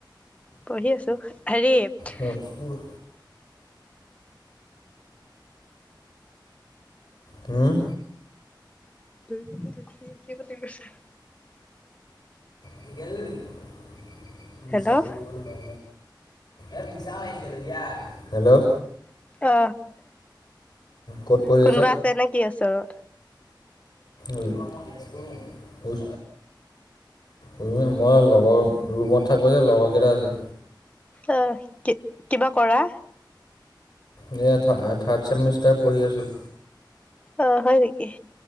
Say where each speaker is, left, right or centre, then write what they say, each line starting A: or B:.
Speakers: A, on the left; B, on the left.
A: পঢ়ি আছোঁ। হেৰিত
B: তেজপুৰ হম
A: ফুৰিবলৈ গৈছে।
B: <unintelligible> মিছাকে
A: হেল্ল'
B: ক'বলৈ বাই <unintelligible> <unintelligible> হেল্ল'
A: অ,
B: ক'ত পঢ়ি
A: কোনবা আছে নে কি ওচৰত?
B: ওম তুমি মই লগৰ ৰুমত থাকোঁ যে, লগৰকেইটা আছে।
A: অহ, কি কিবা কৰা?
B: এইয়া থা থাৰ্ড চেমিষ্টাৰ পঢ়ি আছো।
A: অ, হয় নেকি?